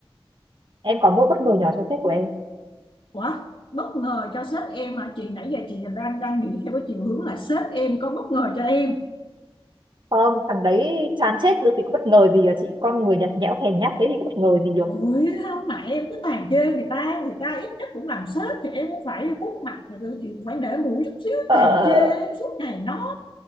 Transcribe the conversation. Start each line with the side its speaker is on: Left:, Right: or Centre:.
Right: em có một bất ngờ nhỏ cho sách của em
Left: Ủa bất ngờ cho sếp em hả Chị nãy giờ chị đang đang nghĩ theo cái chiều hướng là Sếp em có bất ngờ cho em
Right: không thằng đấy chán chết được thì có bất ngờ gì à chị con người nhạt nhẽo hèn nhát thế thì có bất ngờ gì
Left: Ôi
Right: được
Left: không mà em cứ tàn chê người ta Người ta ít nhất cũng làm sếp Thì em cũng phải vuốt mặt rồi Chị cũng phải để mũi chút xíu
Right: ờ
Left: Tàn
Right: ờ, ờ,
Left: chê
Right: ờ.
Left: suốt ngày nó